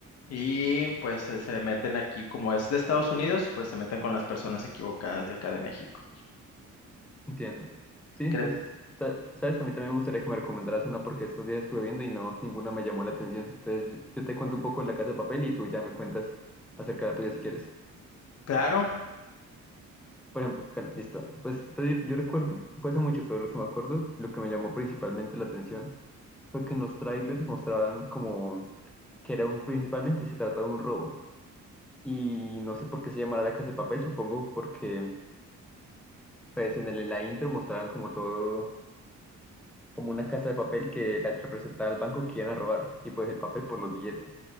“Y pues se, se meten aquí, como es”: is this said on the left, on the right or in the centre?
Left